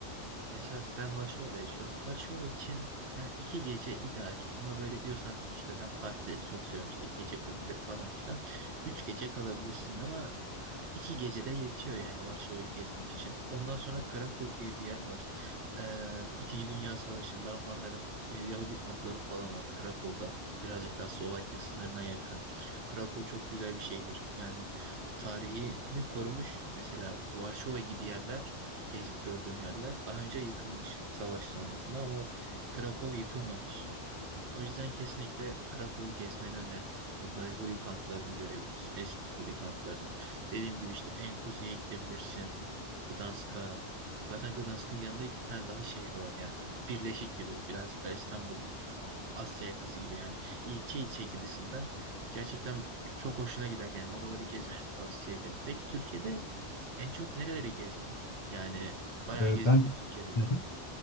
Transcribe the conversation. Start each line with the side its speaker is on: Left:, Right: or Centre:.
Right: Mesela ben Varşova'da yaşıyorum. Varşova için yani iki gece ideal. Ama böyle diyorsan işte ben partileri çok seviyorum işte gece kulüpleri falan filan. Üç gece kalabilirsin ama iki gecede yetiyor yani Varşova'yı gezmek için. Ondan sonra Krakow diye bir yer var. Ee, İkinci Dünya Savaşı'nda Almanların e, Yahudi kampları falan var Krakow'da. Birazcık daha Slovakya sınırına yakın. Krakow çok güzel bir şehir. Yani tarihini korumuş. Mesela Varşova gibi yerler gezip gördüğüm yerler. Daha önce yıkılmış savaş sonrasında ama Krakow yıkılmamış. O yüzden kesinlikle Krakow'u gezmeni öneririm. Orada Yahudi kamplarını görebilirsin. Eski Yahudi kamplarını. Dediğim gibi işte en kuzeye gidebilirsin. Gdansk'a. Zaten Gdansk'ın yanında iki tane daha şehir var yani. Birleşik gibi. Birazcık daha İstanbul. Asya yakası gibi yani. İlçe ilçe gibisinden. Gerçekten çok hoşuna gider yani. Oraları gezmeni tavsiye ederim. Peki Türkiye'de en çok nereleri gezdin? Yani bayağı
Left: Ee,
Right: gezdin
Left: Ben
Right: mi Türkiye'de
Left: <laughs>
Right: de?